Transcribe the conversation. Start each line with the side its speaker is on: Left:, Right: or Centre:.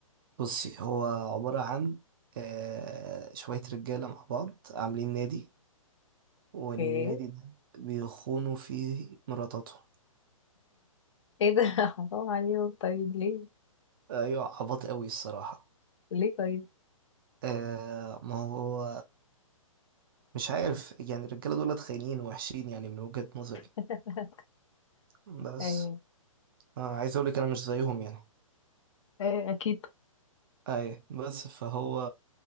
Right: بصي هو عبارة عن آه، شوية رجالة مع بعض عاملين نادي والنادي
Left: ايه
Right: ده بيخونوا فيه مراتاتهم
Left: ايه ده <laughs> حرام عليهم طيب ليه
Right: أيوة عبط قوي الصراحة
Left: ليه طيب
Right: آه، ما هو مش عارف يعني الرجالة دول خاينين وحشين يعني من وجهة نظري
Left: <laughs>
Right: بس
Left: ايوه
Right: آه، عايز أقولك أنا مش زيهم يعني
Left: آه، اكيد
Right: اي بس فهو